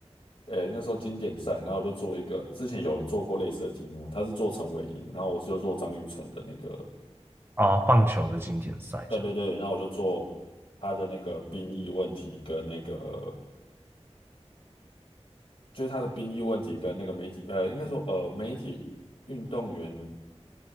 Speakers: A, on the left (about 55°); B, on the right (about 20°).
A: 诶，那时候经典赛，然后我就做一个，之前有人做过类似的题目，他是做陈伟霆，然后我就做张育成的那个。
B: 哦，棒球的经典赛这样，
A: 对对对，那我就做他的那个兵役问题跟那个，就是他的兵役问题跟那个媒体，呃，应该说呃媒体运动员